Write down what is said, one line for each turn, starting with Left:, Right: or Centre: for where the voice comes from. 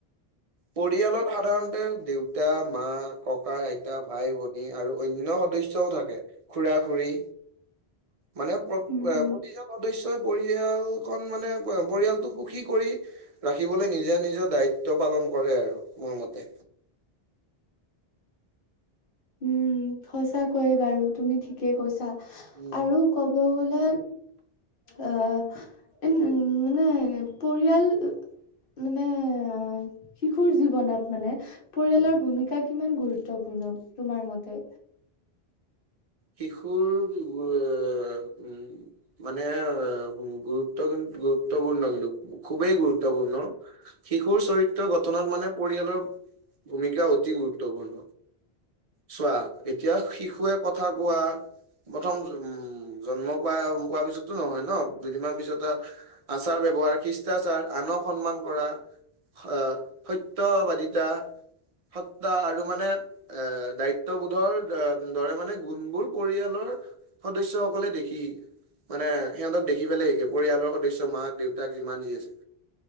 Right: পৰিয়ালত সাধাৰণতে, দেউতা, মা, ককা, আইতা, ভাই-ভনী আৰু অন্য সদস্যও থাকে। খুৰা, খুৰী মানে প্ৰতিজন
Left: উম, উম,
Right: সদস্যই পৰিয়াল খন মানে পৰিয়ালটোক সুখী কৰি, ৰাখিবলৈ নিজে নিজৰ দায়িত্ব পালন কৰে আৰু মোৰ মতে।
Left: উম, সঁচা কৈয়ে বাৰু তুমি ঠিকে কৈছা।
Right: উম'।
Left: ক'ব গ'লে অহ, উম' মানে পৰিয়াল মানে অ শিশুৰ জীৱনত মানে পৰিয়ালৰ
Right: উম
Left: ভূমিকা কিমান গুৰুত্বপূৰ্ণ তোমাৰ মতে?
Right: শিশুৰ এ উম,
Left: অ <inaudible> <unintelligible>
Right: মানে গুৰুত্ব কিন্তু গুৰুত্বপূৰ্ণ কিন্তু খুবেই গুৰুত্বপূৰ্ণ। শিশুৰ চৰিত্ৰ গঠনত মানে পৰিয়ালৰ ভূমিকা অতি গুৰুত্বপূৰ্ণ, চোৱা এতিয়া শিশুৱে কথা কথা কোৱা প্ৰথম উম জন্ম পোৱা, পিছতো নহয় ন দুদিনমান পিছত, আচাৰ ব্যৱহাৰ, শিষ্টাচাৰ আনক সন্মান কৰা আ সত্যবাদিতা, সত্তা আৰু মানে এ দায়িত্ববোধৰ দৰে মানে গুণবোৰ পৰিয়ালৰ সদস্য সকলে দেখি মানে সিহঁতক দেখি পেলাই শিকে, পৰিয়ালৰ সদস্য মাক, দেউতাক যিমান যি আছে।